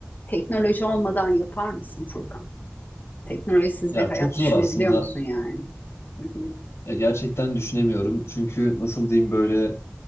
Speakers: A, on the left (about 40°); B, on the left (about 75°).
A: Teknoloji olmadan yapar mısın Furkan? Teknolojisiz
B: Ya
A: bir hayat
B: çok zor
A: düşünebiliyor
B: aslında.
A: musun yani? Hı hı.
B: Ya gerçekten düşünemiyorum. Çünkü nasıl diyeyim böyle